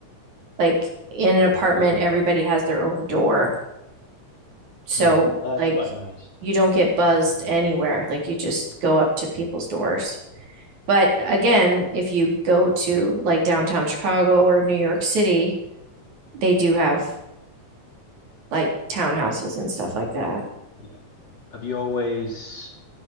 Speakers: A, on the right; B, on the left.
A: Like, in an apartment, everybody has their own door. So,
B: Yeah, that's
A: like,
B: quite nice.
A: you don't get buzzed anywhere. Like, you just go up to people's doors. But again, if you go to like downtown Chicago or New York City, they do have like townhouses and stuff like that.
B: Yeah. Have you always